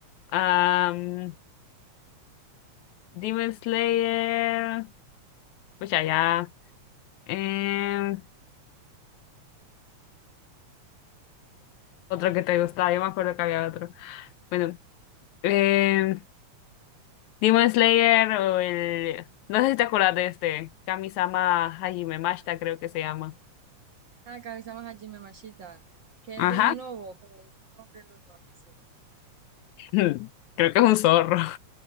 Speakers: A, on the left (about 80°); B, on the right (about 55°).
A: Am, Demon Slayer. Pues ya. em, otro que te gustaba, yo me acuerdo que había otro. Bueno, Eh, Demon Slayer o el... No sé si te acuerdas de este. Kamisama Hajime Mashita, creo que se llama.
B: Ah, que a Jimmy Mashita, que
A: Ajá.
B: es de un lobo, como de un hombre lobo, algo así.
A: <laughs> Creo que es un zorro.